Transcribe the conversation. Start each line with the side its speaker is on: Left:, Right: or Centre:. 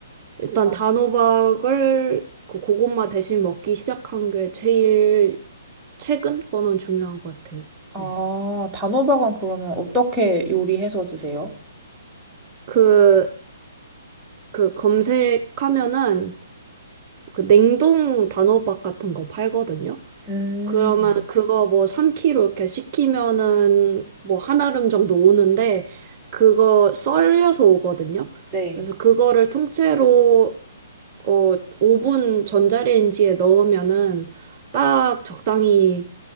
Right: 일단
Centre: 아,
Right: 단호박을 그 고구마 대신 먹기 시작한 게 제일 최근 거는 중요한 것 같아요.
Centre: 아,
Right: 네.
Centre: 단호박은 그러면 어떻게 요리해서 드세요?
Right: 그, 그 검색하면은 그 냉동 단호박 같은 거 팔거든요.
Centre: 음,
Right: 그러면 그거 뭐 3kg 이렇게 시키면은 뭐 한 알음 정도 오는데 그거 썰려서 오거든요.
Centre: 네.
Right: 그래서 그거를 통째로 어, 오븐 전자레인지에 넣으면은 딱 적당히